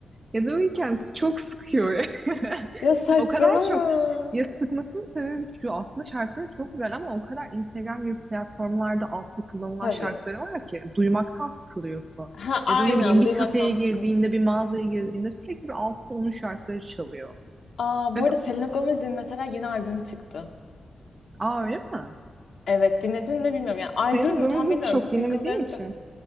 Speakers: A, on the right (about 25°); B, on the left (about 60°).
A: Ya da Weeknd çok sıkıyor ya. <laughs>
B: Ya saçmalama.
A: O kadar çok ya sıkmasının sebebi şu aslında şarkıları çok güzel ama o kadar Instagram gibi platformlarda altta kullanılan
B: Tabii.
A: şarkıları var ki duymaktan sıkılıyorsun.
B: Ha, aynen
A: Ya da ne bileyim bir
B: duymaktan
A: kafeye girdiğinde
B: sıkıl.
A: bir mağazaya girdiğinde sürekli bir altta onun şarkıları çalıyor.
B: Aa,
A: Ve
B: bu arada
A: b-
B: Selena Gomez'in mesela yeni albüm çıktı.
A: aa öyle mi?
B: Evet dinledin mi bilmiyorum. Yani albüm
A: Selena Gomez'i
B: mü tam bilmiyorum.
A: çok
B: Single'ları
A: dinlemediğim için.
B: da.